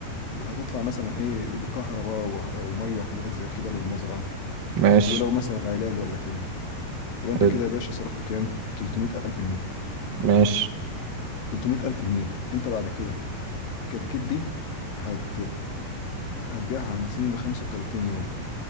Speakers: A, on the left (about 60°); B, on the right (about 60°).
A: هتطلع مثلا ايه كهرباء وه- ومية وحاجات زي كده للمزرعة
B: ماشي
A: ولو مثلا علاج ولا كده يبقى انت
B: حلو.
A: كده يا باشا صرفت كام؟ 300,000 جنيه
B: ماشي
A: 300 ألف جنيه أنت بعد كده الكتاكيت دي هت هتبيعها عند سن 35 يوم